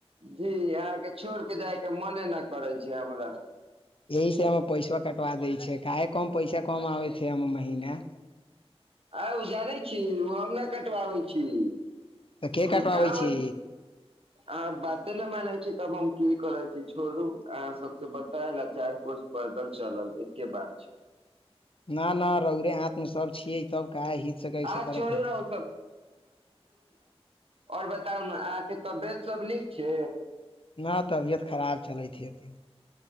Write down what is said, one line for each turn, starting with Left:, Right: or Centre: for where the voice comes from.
Right: जी अहाँके छोड़ केऽ जायके मने न करै छै हमरा
Left: एहि से हममे पैसा कटवा दै छैै काहे कम पैसा कम आ छै अमे महिना <inaudible>
Right: आ उजा नहि छी ओ हम नहि कटवाबै छी ओ
Left: तऽ के कटवाबै
Right: क होइ
Left: छी
Right: अह बात कते ने मानै छी तब हम की करै छी छोड़ू अहाँ सबके बतायल आ चार कोस पैदल चलल एके बात छै
Left: ना ना रौरे हाथ मे सब छियै तब काह हित से कै
Right: आ
Left: छै करत
Right: छोड़ू
Left: हत
Right: ने ओ आओर बताउ ने अहाँके तबियत सभ नीक छै
Left: न तबियत खराब चलैत ह एथिन